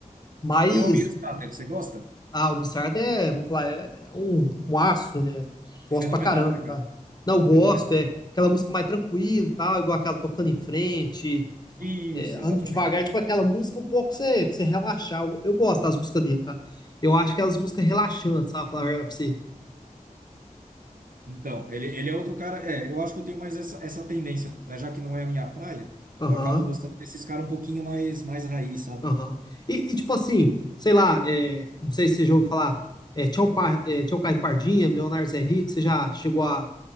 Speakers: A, on the left (about 30°); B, on the right (about 75°).
A: Mas
B: E Almir Sater, você gosta?
A: Ah, o Missart é, vamos falar, é é um, um astro, né?
B: Fenomenal,
A: Gosto pra caramba,
B: né, cara?
A: cara. Não, eu gosto,
B: Fenomenal.
A: é aquela música mais tranquila e tal, igual aquela tocando em frente,
B: Isso,
A: é,
B: exatamente.
A: ando devagar, tipo aquela música um pouco pra você, pra você relaxar. Eu, eu gosto das músicas dele, cara. Eu acho que elas músicas relaxantes, sabe? Falar a verdade pra você.
B: Então, ele, ele é outro cara. É, eu acho que eu tenho mais essa, essa tendência, né? Já que não é a minha praia,
A: Aham,
B: eu acabo gostando desses caras um pouquinho mais, mais raiz, sabe?
A: aham. E, e, tipo assim, sei lá, é, não sei se você já ouviu falar, é, Tião, Pa, é, Tião Caio de Pardinha, Milionário Zé Rico, você já chegou a